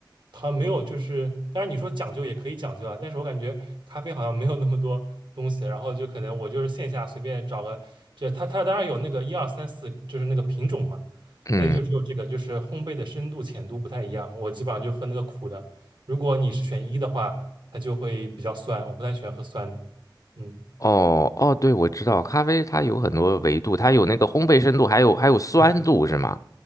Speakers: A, on the right; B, on the left.
A: 好像没有，就是当然你说讲究也可以讲究啊，但是我感觉咖啡好像没有那么多东西，然后就可能我就是线下随便找个，这它它当然有那个一二三四，就是那个品种嘛，
B: 嗯。
A: 它也就只有这个，就是烘焙的深度浅度不太一样，我基本上就喝那个苦的，如果你是选一的话，它就会比较酸，我不太喜欢喝酸的，嗯，
B: 哦哦，对，我知道，咖啡它有很多维度，它有那个烘焙深度，还有还有酸度，
A: 对，
B: 是吗？